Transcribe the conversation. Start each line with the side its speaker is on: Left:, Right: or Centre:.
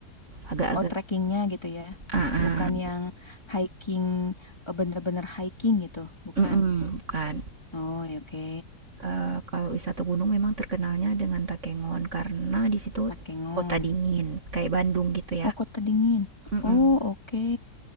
Right: agak-agak.
Left: Oh, trekkingnya gitu ya.
Right: Ah, ah.
Left: Bukan yang hiking, eh, bener-bener hiking gitu. Bukan.
Right: Mm-mm, bukan.
Left: Oh, ya oke.
Right: Eh, kalau wisata gunung memang terkenalnya dengan Takengon karena di situ
Left: Takengon.
Right: kota dingin, kayak Bandung gitu ya.
Left: Oh, Kota Dingin.
Right: Mm-mm.
Left: Oh, oke.